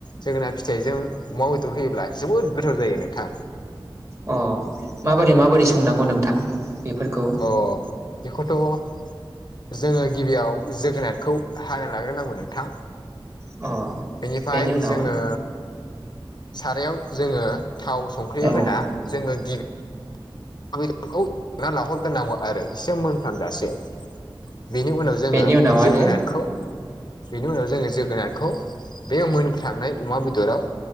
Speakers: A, on the left; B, on the right.
A: जोगोना फिथाइजों अमा बेदर होयोब्ला जोबोद गोथाव जायो नोंथां।
B: अ माबोरै माबोरै संनांगौ नोंथां बेफोरखौ?
A: अ बेखौथ' जोङो गिबियाव जोगोनारखौ हा लाग्रोनांगौ नोंथां।
B: अ।
A: बेनिफ्राय
B: बेनि उनाव
A: जोङो सारायाव जोङो थाव संख्रि
B: औ
A: होना जोङो गिबि <unintelligible> बेदरखौ <unintelligible> लाहरग्रोनांगौ आरो एसे मोनफ्रामजासे। बेनि उनाव जोङो
B: बेनि उनाव आरो
A: जोगोनारखौ बेनि उनाव जोङो जोगोनारखौ बे मोनफ्रामनाय अमा बेदराव